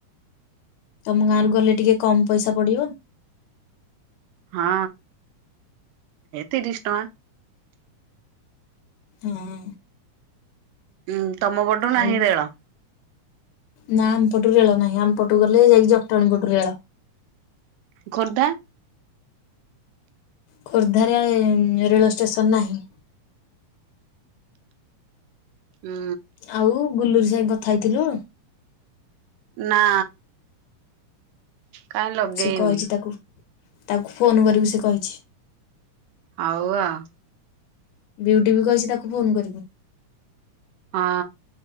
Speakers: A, on the left (about 80°); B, on the right (about 80°).
A: ତମ ଗାଁରୁ ଗଲେ ଟିକେ କମ୍ ପଇସା ପଡ଼ିବ।
B: ହଁ ତିରିଶ ଟଙ୍କା।
A: ହଁ।
B: ଉଁ ତମ ପଟୁ ନାହିଁ
A: ଆଉ
B: ରେଳ।
A: ନା ଆମପଟୁ ରେଳ ନାହିଁ ଆମ ପଟୁ ଗଲେ ଯାଇକି ଜଟଣୀ ପଟୁ ରେଳ।
B: ଖୋର୍ଦ୍ଧା।
A: ଖୋର୍ଦ୍ଧାରେ ଏ ରେଳ ଷ୍ଟେସନ ନାହିଁ।
B: ହୁଁ।
A: ଆଉ ଗୁଲୁରି ସାଙ୍ଗ କଥା ହେଇଥିଲୁ?
B: ନା କାଇଁ ଲଗେଇନି।
A: ସେ କହିଛି ତାକୁ ତାକୁ ଫୋନ୍ କରିବୁ ସେ କହିଛି।
B: ହଉ ଆଉ।
A: ବିୟୁଟି ବି କହିଛି ତାକୁ ଫୋନ କରିବୁ।
B: ହଁ